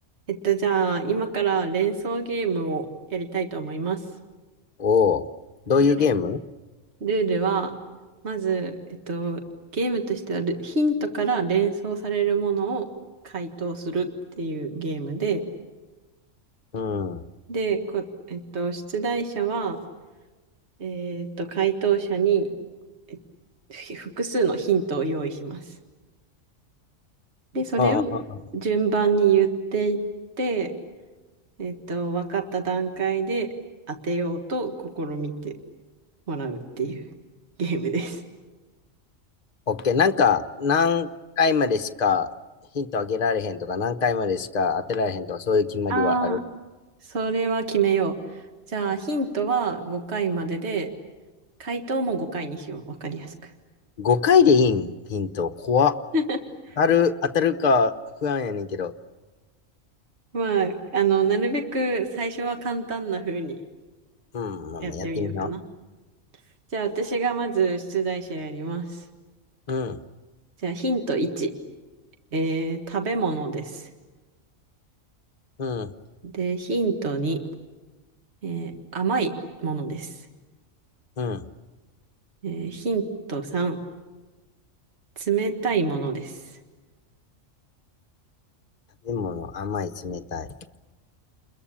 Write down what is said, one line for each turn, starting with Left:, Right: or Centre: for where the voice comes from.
Right: えっと、じゃあ、今から連想ゲームをやりたいと思います。
Left: おお、どういうゲーム
Right: で、ルールは、まず、えっと、ゲームとしてはル、ヒントから連想されるものを回答するっていうゲームで、
Left: うん。あ
Right: で、こ、えっと、出題者は、えっと、回答者にえふ複数のヒントを用意します。で、それを
Left: あ、ああ
Right: 順番に言っていって、えっと、分かった段階で当てようと試みてもらうっていうゲームです。
Left: オッケー。なんか、何回までしかヒントあげられへんとか、何回までしか当てられへんとか、そういう決まりはある。
Right: ああーそれは決めよう。じゃあ、ヒントは5回までで、回答も5回にしよう。わかりやすく。
Left: 5回でいいん、ヒント。怖っ。
Right: <laughs>
Left: 当たる、当たるか不安やねんけど。
Right: まあ、あの、なるべく最初は簡単な風に
Left: うん、まあまあやってみな。
Right: やってみようかな。じゃあ、私がまず出題者やります。
Left: うん、
Right: じゃあ、ヒント1、えー、食べ物です。
Left: うん、
Right: で、ヒント2、えー、甘いものです。
Left: うん。
Right: えーヒント3、冷たいものです。
Left: 食べ物、甘い、冷たい。